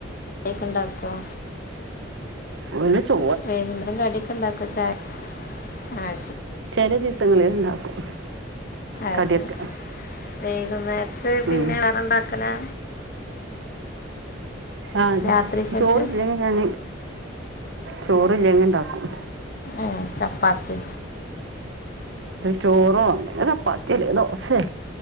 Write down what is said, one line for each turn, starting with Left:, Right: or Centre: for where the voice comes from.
Left: ഒക്കെ ഉണ്ടാക്കുമോ
Right: ഒന്നു ചോ
Left: വൈകുന്നേരം കടിയൊക്കെ ഉണ്ടാക്കൂവോ ചായ ആ
Right: ചില ദിവസങ്ങളിൽ ഉണ്ടാക്കും
Left: <unintelligible>
Right: കടിയൊക്കെ
Left: വൈകുന്നേരത്ത് പിന്നെ
Right: ഉം.
Left: വേറെണ്ടുക്കലാ
Right: ആഹ്
Left: രാത്രിക്കൊക്കെ
Right: ചോറില്ലെങ്കി ഞാൻ ചോറില്ലെങ്കി ഉണ്ടാക്കും
Left: ഏഹ് ചപ്പാത്തി
Right: ചോറോ ചപ്പാത്തില്ലേ ദോശയോ